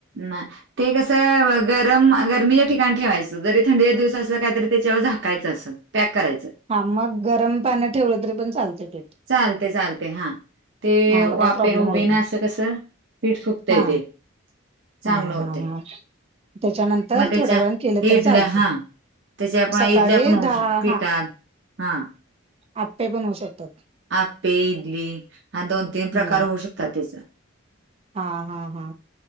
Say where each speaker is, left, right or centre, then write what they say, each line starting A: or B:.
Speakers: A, on the right; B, on the right.
A: म ते कसं गरम गरमीच्या ठिकाणी ठेवायचं. जरी थंडी दिवस असला काय तरी त्याच्यावर झाकायचं असं पॅक करायचं.
B: हा मग गरम पान ठेवलं तरी पण चालते पेठ
A: चालते चालते हा ते
B: मग काय
A: वापे
B: प्रॉब्लेम
A: उभे
B: होत
A: ना
B: नाही
A: असं कसं फिट फुकतंय
B: हा
A: ते चांगलं
B: हा
A: होते
B: हा हा त्याच्यानंतर
A: मग त्याच्या
B: थोड्या वेळानं केलं तरी
A: इडल्या
B: चालतंय
A: हा त्याच्या आपण
B: सकाळी
A: इडल्या पणऊ
B: दहा
A: पिटात हा
B: आपे पण होऊ शकतात
A: आपे इडली हा दोन तीन
B: हम्म
A: प्रकार होऊ शकतात त्याचा
B: हा हा हा